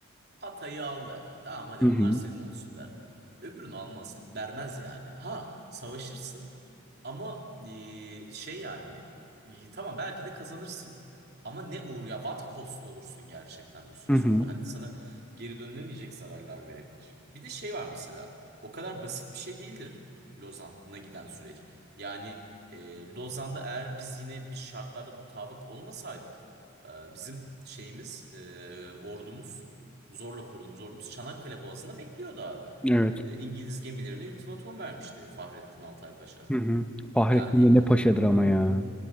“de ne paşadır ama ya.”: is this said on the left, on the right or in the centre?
Centre